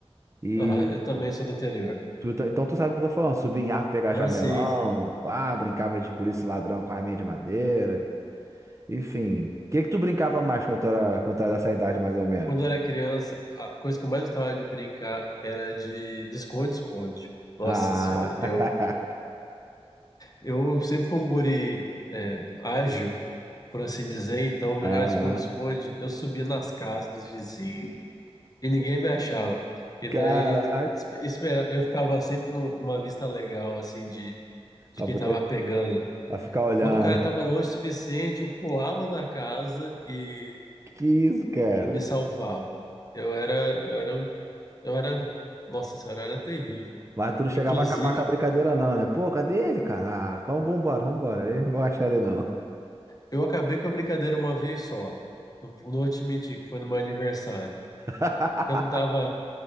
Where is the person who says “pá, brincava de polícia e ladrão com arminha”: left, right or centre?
Right